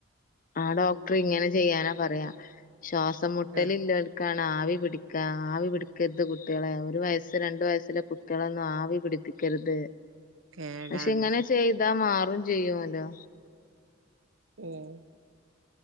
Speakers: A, on the left; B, on the right.
A: ആ ഡോക്ടർ ഇങ്ങനെ ചെയ്യാനാ പറയാ ശ്വാസം മുട്ടല്
B: ആഹ്
A: ഇല്ലോൽക്കാണ് ആവി പിടിക്കാ ആവി പിടിക്കരുത് കുട്ടികളെ ഒരു വയസ്സ് രണ്ടണ്ട് വയസ്സിലെ കുട്ടികളെ ഒന്നും ആവി പിടിക്ക ക്കരുത്
B: കേടാണ്
A: പക്ഷെ ഇങ്ങനെ ചെയ്താ മാറും ചെയ്യുല്ലോ
B: ഉം